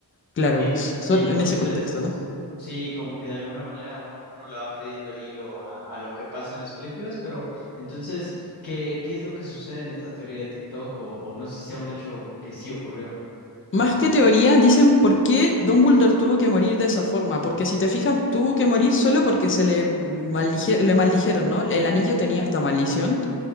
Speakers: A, on the left (about 30°); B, on the left (about 60°).
A: claro,
B: En-
A: pues solo
B: y entonces,
A: en ese contexto, ¿no?
B: sí, como que de alguna manera uno, uno le va perdiendo el hilo a, a lo que pasa en las películas, pero entonces, ¿qué, qué es lo que sucede en esta teoría de TikTok? O, o no sé si sea un hecho que sí ocurrió.
A: Más que teoría, dicen por qué Dumbledore tuvo que morir de esa forma, porque si te fijas, tuvo que morir solo porque se le maldije- le maldijeron, ¿no? El anillo tenía esta maldición.